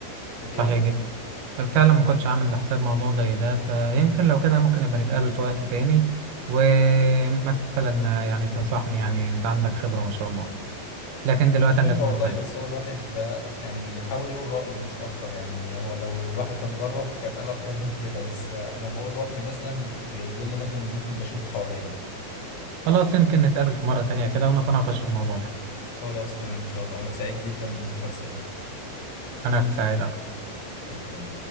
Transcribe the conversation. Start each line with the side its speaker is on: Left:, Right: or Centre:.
Left: بالايه
Right: فصحيح جدا فعلا ما كنتش عامل لحساب موضوع زي ده فيمكن لو كده ممكن نبقى نتقابل في وقت تاني ومثلا يعني تنصحني يعني انت عندك خبرة ما شاء الله لكن
Left: مش
Right: دلوقتي
Left: خبرة
Right: انا لازم
Left: والله
Right: استاذن
Left: بس هو الواحد ده يعني بيحاول يقول رأيه مش أكتر يعني هو لو الواحد كان جرب كان قال أكتر من كده بس أنا بقول رأيي مثلا في ظل مثلا ممكن بشوفه حواليا
Right: خلاص يمكن نتقابل في مرة تانية كده ونتناقش في الموضوع ده
Left: خلاص تمام إن شاء الله وأنا سعيد جدا بالمحادثة دي
Right: انا سعيد اكتر
Left: شكرا